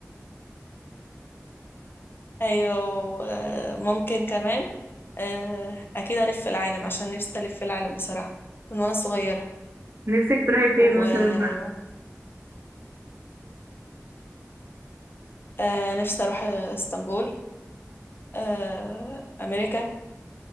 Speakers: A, on the left; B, on the right.
A: أيوة أه ممكن كمان أه أكيد ألف العالم عشان نفسي ألف العالم بصراحة من وأنا صغيرة
B: نفسك تروحي فين
A: و
B: مثلا؟
A: آه، نفسي أروح اسطنبول آه، أمريكا